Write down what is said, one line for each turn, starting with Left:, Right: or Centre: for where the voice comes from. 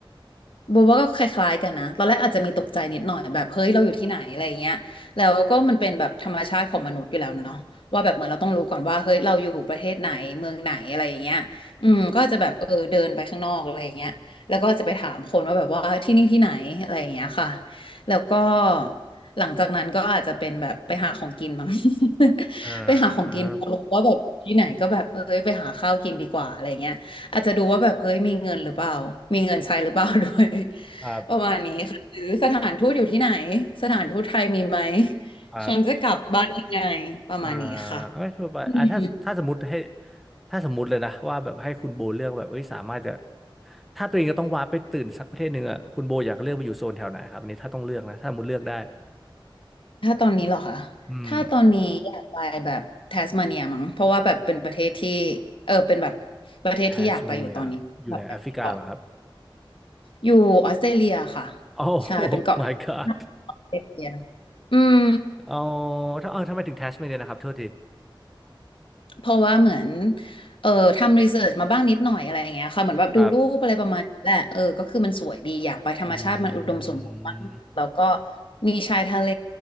Left: โบว่าก็คล้ายๆกันนะ ตอนแรกอาจจะมีตกใจนิดหน่อยแบบเฮ้ยเราอยู่ที่ไหนอะไรอย่างเงี้ยแล้วก็มันเป็นแบบธรรมชาติของมนุษย์อยู่แล้วเนาะว่าแบบเหมือนเราต้องรู้ก่อนว่าเฮ้ยเราอยู่ประเทศไหนเมืองไหนอะไรอย่างเงี้ยอืมก็อาจจะแบบเออเดินไปข้างนอกอะไรอย่างเงี้ยแล้วก็จะไปถามคนว่าแบบว่าที่นี่ที่ไหนอะไรอย่างเงี้ยค่ะแล้วก็หลังจากนั้นก็อาจจะเป็นแบบไปหาของกินมั้ง <laughs>
Centre: อ่
Left: ไปหาของกินพอรู้ว่าแบบที่ไหนก็แบบเอ้ยไปหาข้าวกินดีกว่าอะไรเงี้ย
Centre: า
Left: อาจจะดูว่าแบบเฮ้ยมีเงินหรือเปล่ามีเงินใช้หรือเปล่า <laughs> ด้วย <laughs>
Centre: ครับ
Left: ประมาณนี้ค่ะหรือสถานทูตอยู่ที่ไหนสถานทูตไทยมีไหม
Centre: ครับ
Left: ฉันจะกลับบ้านยังไงประมาณนี้ค่ะ
Centre: อ่าเอ้ยทั่วไปอ่าถ้าถ้าสมมติให้
Left: อืม
Centre: ถ้าสมมติเลยนะว่าแบบให้คุณโบเลือกแบบเฮ้ยสามารถจะถ้าตัวเองจะต้องวาร์ปไปตื่นสักประเทศหนึ่งอ่ะคุณโบอยากเลือกไปอยู่โซนแถวไหนครับอันนี้ถ้าต้องเลือกนะถ้าสมมติเลือกได้
Left: ถ้าตอนนี้เหรอคะ
Centre: อืม
Left: ถ้าตอนนี้อยากไปแบบแทสมาเนียมั้งเพราะว่าแบบเป็นประเทศที่เออเป็นแบบประเทศที่อยากไปอยู่ตอนนี้แบบเกาะ
Centre: แทสเมเนียอยู่ในแอฟริกาเหรอครับ
Left: อยู่ออสเตรเลียค่ะ
Centre: โอ้ <laughs>
Left: ใช่เป็นเกาะ
Centre: my god
Left: ออสเตรเลียอืม
Centre: อ๋อถ้าเออทำไมถึงแทสเมเนียนะครับโทษที
Left: เพราะว่าเหมือนเออทำรีเสิร์ชมาบ้างนิดหน่อยอะไรอย่างเงี้ยค่ะเหมือนแบบดูรูปอะไรประมาณนี้แหละเออก็คือมันสวยดีอยากไปธรรมชาติมันอุดมสมบูรณ์มากแล้วก็
Centre: ครับ อืม
Left: มีชายทะเล